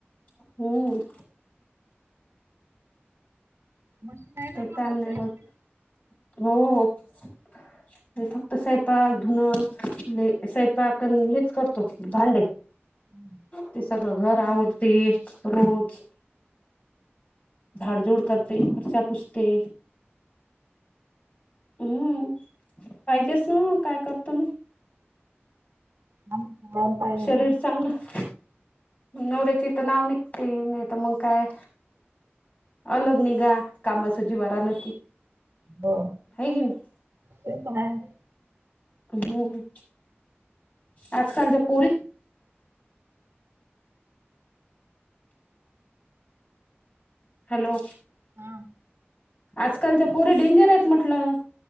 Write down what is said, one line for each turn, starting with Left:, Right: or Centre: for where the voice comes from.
Left: हम्म.
Right: मशीन आहे ना
Left: काय
Right: मग
Left: ता नाय
Right: कपड्याची.
Left: मन. हो हो ते फक्त सायपाक धुन. लई स्वैपा आण हेच करतो भांडे.
Right: हम्म.
Left: ते सगळं घर आवडते रोज झाडजूड. करते फरशापुसते. हम्म पाहिजेच ना काय करतो मग.
Right: हम्म मग पाहिलं.
Left: शरीर चांगलं नवऱ्याचे इथं नाव निघ ते नाही तर मग काय अलग निघा कामाच जीवार आल.
Right: हो.
Left: हाय का
Right: ते तर आहे.
Left: नाय. ह आजकालच्या पुरी. हॅलो.
Right: हा.
Left: आजकाल त्या पोरे डेंजर आहेत म्हटलं.